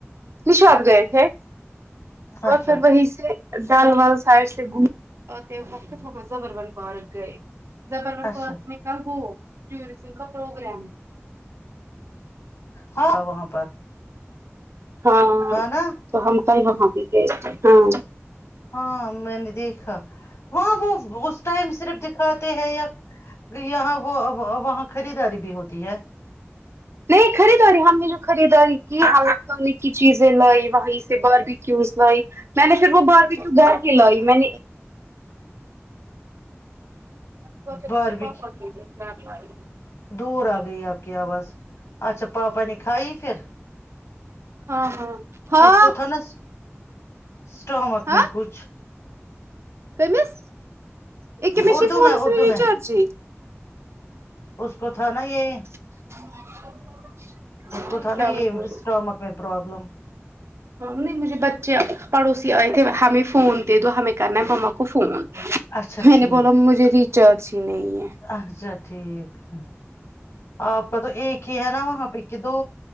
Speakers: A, on the right; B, on the left.
A: نشاتھ گئے تھے اور
B: اچھا
A: پھر وہیں سے ڈل وال سائڈ سے گوم اور فت فت زبر ون پارک گئے زبر ون
B: اچھا
A: پارک میں کا وہ ٹورزم کا پروگرام
B: ہاں وہاں پر
A: ہاں
B: تھا نا
A: تو ہم کل وہاں بھی گئے تھے ہاں
B: ہاں میں نے دیکھا وہاں وہ اس ٹائم صرف دکھاتے ہیں یا یہاں وہ وا وہاں خریداری بھی ہوتی ہے
A: نہیں خریدا ارے ہم نے جو خریداری کی الیکٹرانک کی چیزیں لائی وہیں سے باربی کیوز لائی میں نے پھر وہ بار بیکیو گھر بھی میں نے میرے
B: باربی
A: پاپا
B: کی
A: کے گھر لائی۔
B: دور آ گئی آپ کی آواز اچھا پاپا نے کھائی پھر
A: ہاں ہاں
B: اس کو
A: ہاں
B: تھا نا اسٹامک
A: ہاں
B: میں کچھ
A: کمس یہکے م
B: اردو
A: چ فونس
B: میں اردو میں
A: ریچارجی
B: اس کو تھا نا یہ
A: <unintelligible>
B: اس کو تھا
A: کیا
B: نا
A: میں
B: یہ
A: بول
B: اسٹامک میں پرابلم
A: م نہیں مجھے بچے پڑوسی آئے تھے ہمیں فون دے دو ہمیں کرنا ہے مما کو فون
B: اچھا
A: میں
B: ٹھیک
A: نے بولا مجھے ریچارج ہی نہیں ہے
B: اچھا ٹھیک ہے آپ کا تو ایک ہی ہے نا وہاں پہ کہ دو